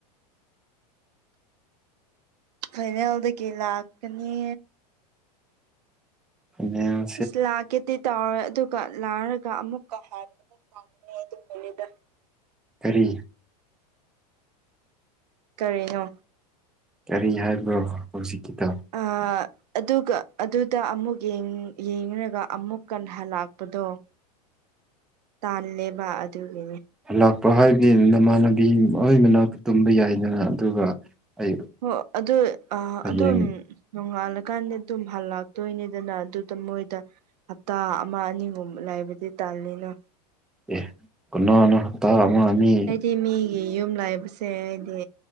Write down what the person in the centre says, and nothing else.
ꯑ
ꯀꯔꯤ
ꯀꯔꯤ ꯍꯥꯏꯕꯅꯣ ꯍꯧꯖꯤꯛꯀꯤꯗ
ꯂꯥꯛꯄ ꯍꯥꯏꯕꯗꯤ ꯅꯃꯥꯟꯅꯕꯤ ꯑꯣꯏ ꯃꯅꯥ ꯇꯨꯝꯕ ꯌꯥꯏꯗꯅ ꯑꯗꯨꯒ ꯑꯩ
ꯍꯌꯦꯡ
ꯑꯦ ꯀꯅꯅ ꯇ ꯑꯃ ꯃꯤ